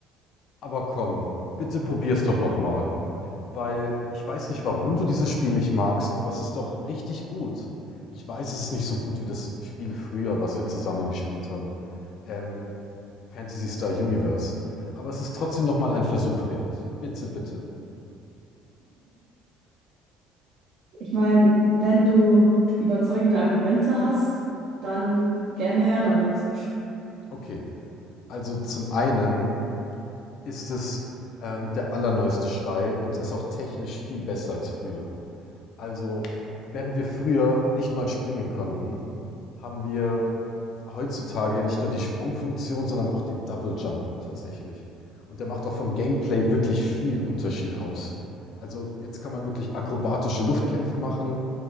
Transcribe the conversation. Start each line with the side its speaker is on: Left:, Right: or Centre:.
Left: Aber komm, bitte probier's doch nochmal. Weil ich weiß nicht, warum du dieses Spiel nicht magst, aber es ist doch richtig gut. Ich weiß, es ist nicht so gut wie das Spiel früher, was wir zusammen gespielt haben. Ähm, Fantasy Star Universe. Aber es ist trotzdem nochmal ein Versuch wert. Bitte, bitte.
Right: Ich meine, wenn du überzeugende Argumente hast, dann gerne her damit.
Left: Okay. Also zum einen. ist es ähm, der allerneueste Schrei und ist auch technisch viel besser als früher. Also, während wir früher nicht mal springen konnten, haben wir heutzutage nicht nur die Sprungfunktion, sondern auch den Double Jump tatsächlich. Und der macht auch vom Gameplay wirklich viel Unterschied aus. Also jetzt kann man wirklich akrobatische Luftkämpfe machen.